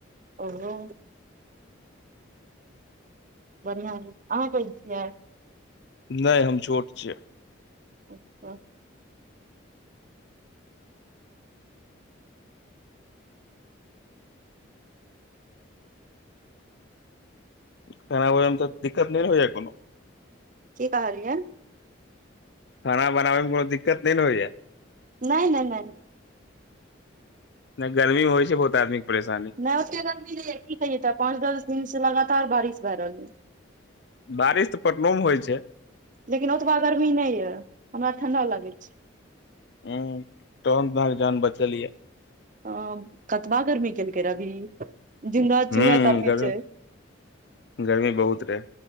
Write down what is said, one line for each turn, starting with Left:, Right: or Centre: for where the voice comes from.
Right: ओहो। बढ़िआ एइ अहाँ पैघ छीयैय?
Left: नय हम छोट छियै।
Right: उह।
Left: खेनाइ बनबैय मे दिक्कत नै होइया कुनु।
Right: की कहलियै।
Left: खाना बनाबे मे कोनो दिक्कत नै ने होइया।
Right: नै नै नै।
Left: नै गर्मी मे होइय छै बहुत आदमी के परेशानी।
Right: नै ओते गर्मी नै एइ की कहियै तऽ पाँच दस दिन से लगातार बारिश भए रहल अइ।
Left: बारिश तऽ पटनो मे होइ छै।
Right: लेकिन ओतबा गर्मी नहि ये, हमरा ठण्डा लगै छै।
Left: हुं तखन तऽ अहाॅंके जान बचल ये।
Right: हाॅं कतबा गरमी केलकैय रे अभी, दिन रात
Left: हूं
Right: चुहे काटैय
Left: गर्मी
Right: छैय।
Left: गर्मी बहुत रहै।